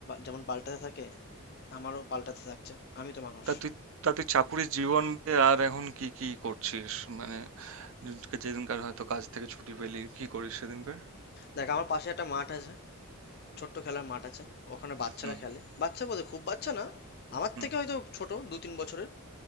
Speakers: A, on the left; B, on the right.
A: যেমন পাল্টাতে থাকে আমারও পাল্টাতে থাকছে আমি তো মানুষ
B: তা তুই তা তুই চাকুরির জীবন বাদে আর এখন কি কি করছিস মানে যে- যেদিনকার হয়তো কাজ থেকে ছুটি পেলি কি করিস সেদিনকার
A: দেখ আমার পাশে একটা মাঠ আছে ছোট্ট খেলার মাঠ আছে ওখানে বাচ্চারা
B: হুম
A: খেলে বাচ্চা বলতে খুব বাচ্চা না আমার
B: হুম
A: থেকে হয়তো ছোট দু তিন বছরের